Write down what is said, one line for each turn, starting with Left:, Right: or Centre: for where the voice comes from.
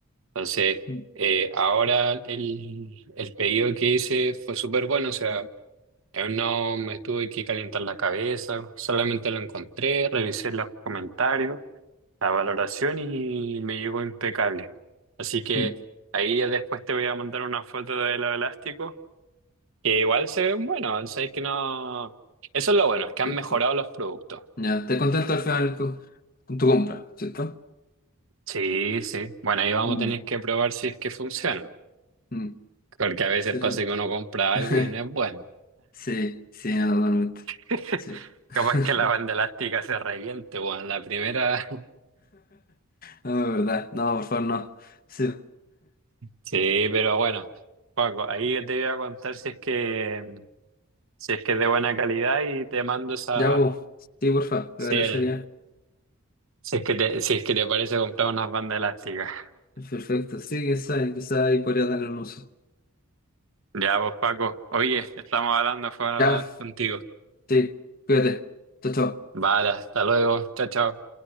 Right: Entonces,
Left: mm,
Right: eh, ahora el, el pedido que hice fue súper bueno, o sea, eh, no me tuve que calentar la cabeza, solamente lo encontré, revisé los comentarios, la valoración y me llegó impecable. Así que
Left: mm.
Right: ahí ya después te voy a mandar una foto de los elásticos, que igual se ven buenos, o sea, es que no... Eso es lo bueno, es que han
Left: Eh,
Right: mejorado
Left: co-
Right: los productos.
Left: Ya, estás contento al final con, con tu compra, ¿cierto?
Right: Sí, sí. Bueno, ahí vamos
Left: Mm,
Right: a tener que probar si es que funciona,
Left: mm,
Right: porque a veces
Left: sí.
Right: pasa que uno compra algo
Left: <laughs>
Right: y no es bueno.
Left: Sí, sí, no, totalmente.
Right: <laughs>
Left: Sí. <laughs>
Right: Capaz que la banda elástica se reviente, weón. La primera. <laughs>
Left: No, de verdad. No, por favor, no. Sí.
Right: Sí, pero bueno, Paco, ahí te voy a contar si es que si es que es de buena calidad y te mando esa.
Left: Ya, vos. Sí, por favor, te
Right: Si,
Left: agradecería.
Right: el- si es que te, si es que te parece comprar unas bandas elásticas.
Left: Perfecto. Sí, quién sabe, quizá ahí podría tener un uso.
Right: Ya, vos, Paco. Oye, estamos hablando, fue hablar
Left: Ya,
Right: contigo.
Left: sí, cuídate. Chao, chao.
Right: Vale, hasta luego. Chao, chao.